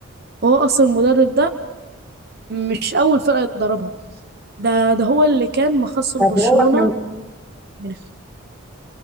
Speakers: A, on the right; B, in the centre.
A: هو اصلا المدرب ده مش اول فرقة يدربها ده ده هو اللي كان مخسر
B: طب
A: برشلونة
B: هو كان
A: من